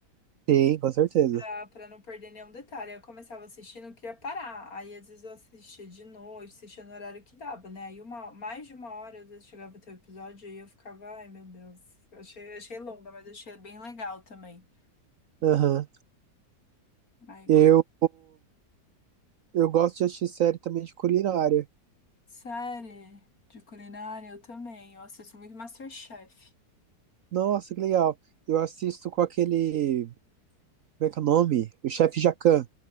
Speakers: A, on the right (about 65°); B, on the left (about 55°).
A: Sim, com certeza.
B: pra, pra não perder nenhum detalhe. Aí Eu começava a assistir e não queria parar. Aí às vezes eu assistia de noite, assistia no horário que dava, né? Aí uma, mais de uma hora, às vezes chegava até o episódio e eu ficava, ai meu Deus, eu achei, achei longa, mas achei bem legal também.
A: Aham.
B: Aí gosto.
A: Eu, eu gosto de assistir série também de culinária.
B: Série de culinária, eu também, eu assisto muito MasterChef.
A: Nossa, que legal. Eu assisto com aquele. Como é que é o nome? O chefe Jacan,